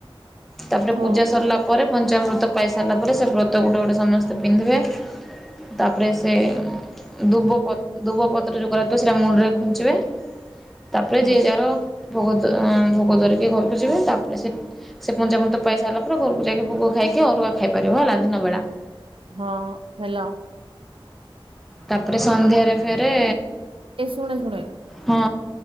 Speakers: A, in the centre; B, on the right.
A: ତାପରେ
B: ହଁ
A: ପୂଜା ସରିଲା। ପରେ ପଞ୍ଚାମୃତ ପାଇ ସାରିଲା ପରେ ସେ ବ୍ରତ ଗୁଟେ ଗୋଟେ ସମସ୍ତେ ପିନ୍ଧିବେ। ତାପରେ ସେ ଦୁବ ପ ଦୁବ ପତ୍ର ଯୋଉ କରାଥିବ ସେଟା ମୁଣ୍ଡରେ ଖୁଞ୍ଚିବେ। ତାପରେ
B: ହଁ
A: ଯିଏ ଯାହାର ଭୋଗ ଭୋଗ ଧରିକି ଘରକୁ ଯିବେ ତାପରେ ସେ ସେ ପଞ୍ଚାମୃତ ପାଇ ସାରିଲା ପରେ ଘରକୁ ଯାଇକି ଭୋଗ ଖାଇକି ଅରୁଆ ଖାଇପାରିବ ହେଲା ଦିନ ବେଳା।
B: ହଁ ହେଲା।
A: ତାପରେ ସନ୍ଧ୍ୟାରେ ଫେରେ
B: ଏ ଶୁଣେ ଶୁଣେ
A: ହଁ